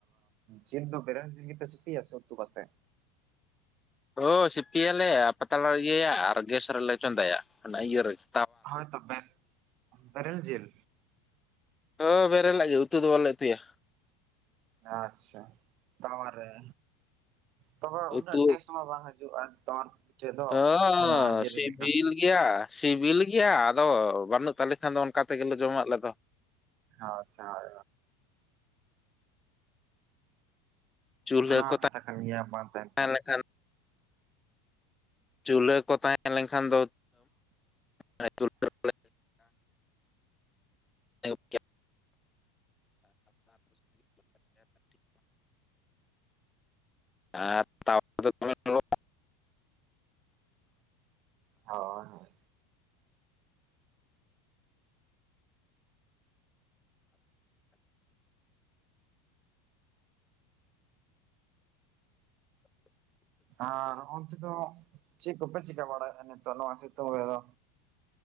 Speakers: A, on the right; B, on the left.
A: ᱡᱤᱞ ᱫᱚ ᱵᱮᱨᱮᱞ ᱡᱤᱞ ᱜᱮᱯᱮ ᱥᱤᱯᱤᱭᱟ ᱥᱮ ᱩᱛᱩ ᱠᱟᱛᱮᱫ?
B: ᱚᱳ ᱥᱤᱯᱤᱭᱟᱞᱮ ᱟᱨ ᱯᱟᱛᱲᱟᱞᱮ ᱤᱭᱟᱹᱭᱟ ᱟᱨ ᱜᱮᱥ ᱨᱮᱞᱮ ᱪᱚᱸᱫᱟᱭᱟ ᱚᱱᱟ ᱤᱭᱟᱹ ᱨᱮᱜᱮ
A: ᱦᱳᱭ ᱛᱚ ᱵᱮ ᱵᱮᱨᱮᱞ ᱡᱤᱞ
B: ᱦᱮᱸ ᱵᱮᱨᱮᱞᱟᱜ ᱜᱮ ᱩᱛᱩ ᱫᱚ ᱵᱟᱞᱮ ᱩᱛᱩᱭᱟ
A: ᱟᱪᱪᱷᱟ ᱛᱟᱣᱟᱨᱮ ᱛᱚᱵᱮ ᱩᱱᱟᱹᱜ
B: ᱩᱛᱩ
A: ᱴᱮᱥᱴ ᱢᱟ ᱵᱟᱝ ᱦᱤᱡᱩᱜᱼᱟ ᱛᱟᱣᱟᱨᱮ ᱯᱤᱴᱷᱟᱹ ᱫᱚ
B: ᱦᱚᱸ
A: ᱠᱟᱱᱟ ᱤᱭᱟᱹᱨᱮ
B: ᱥᱤᱵᱤᱞ
A: ᱞᱮᱠᱟ
B: ᱜᱮᱭᱟ ᱥᱤᱵᱤᱞ ᱜᱮᱭᱟ ᱟᱫᱚ ᱵᱟᱹᱱᱩᱜ ᱛᱟᱞᱮ ᱠᱷᱟᱱ ᱫᱚ ᱚᱱᱠᱟ ᱛᱮᱜᱮᱞᱮ ᱡᱚᱢᱟ ᱟᱞᱮ ᱫᱚ
A: ᱟᱪᱪᱷᱟ <unintelligible>
B: ᱪᱩᱞᱦᱟᱹ
A: ᱚᱱᱟᱦᱚᱸ
B: ᱠᱚ
A: ᱠᱟᱛᱷᱟ ᱠᱟᱱ ᱜᱮᱭᱟ ᱵᱟᱝ ᱛᱟᱦᱮᱱ
B: ᱛᱟᱦᱮᱸ
A: ᱠᱷᱟᱱ
B: ᱞᱮᱱᱠᱷᱟᱱ ᱪᱩᱞᱦᱟᱹ ᱠᱚ ᱛᱟᱦᱮᱸ ᱞᱮᱱᱠᱷᱟᱱ ᱫᱚ <unintelligible> <unintelligible> <unintelligible> ᱟᱨ ᱛᱟᱣᱟ ᱨᱮᱫᱚ ᱫᱚᱢᱮ ᱞᱚᱞᱚ
A: ᱦᱳᱭ ᱦᱳᱭ ᱟᱨ ᱚᱱᱛᱮᱫᱚ ᱪᱮᱫ ᱠᱚᱯᱮ ᱪᱤᱠᱟᱹ ᱵᱟᱲᱟᱭᱮᱫᱼᱟ ᱱᱤᱛᱚᱜ ᱱᱚᱣᱟ ᱥᱤᱛᱩᱝ ᱨᱮ ᱫᱚ